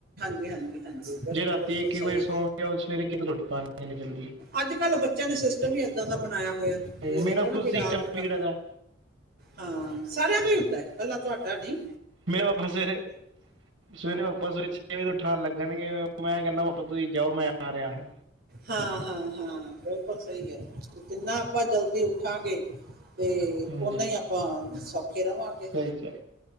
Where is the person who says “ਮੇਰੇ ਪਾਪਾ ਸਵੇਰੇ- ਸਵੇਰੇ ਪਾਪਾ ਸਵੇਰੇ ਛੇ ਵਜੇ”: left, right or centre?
Right